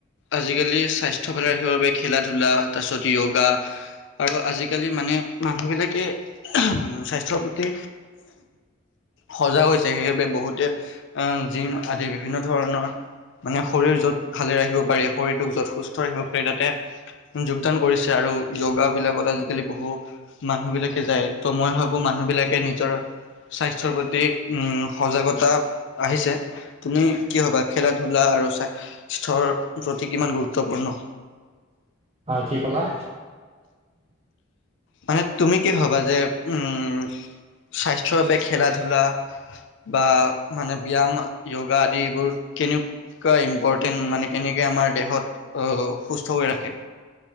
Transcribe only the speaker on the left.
আজিকালি স্বাস্থ্য ভালে ৰ বাবে খেলা ধূলা তাৰপিছত ইয়োগা আৰু আজিকালি মানে মানুহ বিলাকে স্বাস্থ্যৰ প্ৰতি সজাগ হৈছে সেইবাবে বহুতে জিম আদি বিভিন্ন ধৰণৰ মানে শৰীৰ যত ভালে ৰাখিব পাৰি শৰীৰটোক য'ত সুস্থ ৰাখিব পাৰি তাতে যোগদান কৰিছে আৰু এওঁগা বিলাকত আজিকালি বহু মানুহ বিলাকে যায় ত' মই ভাবো মানুহ বিলাকে নিজৰ স্বাস্থ্যৰ প্ৰতি উম সজাগতা আহিছে তুমি কি ভাবা খেলাত ধূলা আৰু স্বাস্থ্যৰ প্ৰতি কিমান গুৰুত্বপূৰ্ণ
মানে তুমি কি ভাবা যে উম স্বাস্থ্যৰ বাবে খেলা ধূলা বা মানে ব্যায়াম যয়োগা আদি এইিবোৰ কেনেকুৱা ইম্পৰ্টেণ্ট মানে কেনেকৈ আমাৰ দেহত সুস্থ কৰি ৰাখে